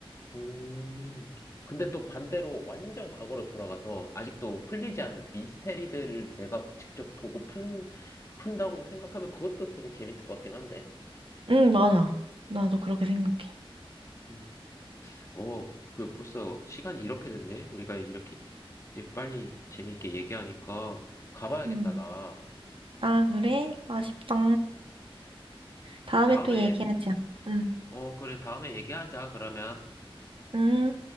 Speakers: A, on the left (about 30°); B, on the right (about 65°).
A: 음. 근데 또 반대로 완전 과거로 돌아가서 아직도 풀리지
B: 응
A: 않는 미스테리들을 내가 직접 보고 푼, 푼다고 생각하면 그것도 되게 재밌을 것 같긴 한데.
B: 응, 맞아. 나도 그렇게 생각해.
A: 음. 어, 그 벌써 시간이 이렇게 됐네? 우리가 이렇게 이제 빨리 재미있게 얘기하니까 가봐야겠다,
B: 응.
A: 나.
B: 아 그래? 아쉽다. 다음에
A: 다음에,
B: 또 얘기하자. 응.
A: 어, 그래, 다음에 얘기하자, 그러면.
B: 응.